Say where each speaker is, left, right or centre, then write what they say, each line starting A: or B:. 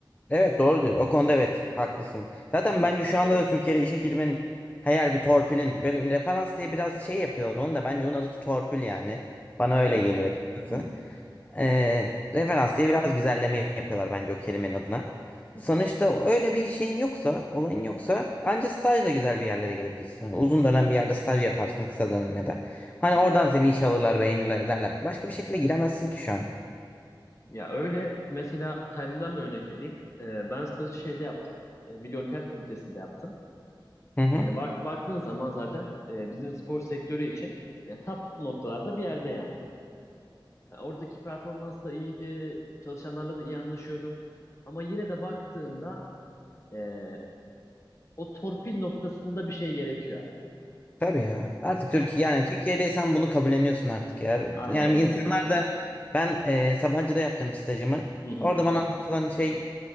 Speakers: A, on the left; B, on the left.
A: evet doğru diyorsun o konuda evet haklısın. Zaten
B: Hı hı.
A: bence şu anda da Türkiye'de işe girmenin her bir torpilin böyle referans diye biraz şey yapıyor onu da bence onun adı torpil yani bana
B: Ya
A: öyle
B: evet.
A: geliyor açıkçası.
B: Hı hı.
A: Ee, referans diye biraz güzelleme yapıyorlar bence o kelimenin adına.
B: Hı
A: Sonuçta
B: hı.
A: öyle bir şeyin yoksa, olayın yoksa anca stajla güzel bir yerlere gelebilirsin. Yani Uzun dönem bir yerde staj yaparsın kısa dönemde de. Hani
B: Hı hı.
A: oradan seni işe alırlar, beğenirler ederler. Başka bir şekilde giremezsin ki şu an.
B: Ya öyle mesela kendimden bir örnek vereyim. Ee, ben stajı şeyde yaptım. Ee, Milli Olimpiyat Komitesi'nde yaptım.
A: Hı hı.
B: Yani bak baktığın zaman zaten e, bizim spor sektörü için ya, top noktalarda bir yerde yani. Yani oradaki performans da iyiydi. Çalışanlarla da iyi anlaşıyordum. Ama yine de baktığında eee, o torpil noktasında bir şey gerekiyor abi.
A: Tabii ya. Artık
B: Yani
A: Türkiye yani Türkiye'deysen bunu kabulleniyorsun artık ya.
B: aynen
A: Yani insanlar
B: öyle.
A: da ben e, Sabancı'da yaptığım bir stajımı.
B: Hı hı.
A: Orada bana anlatılan şey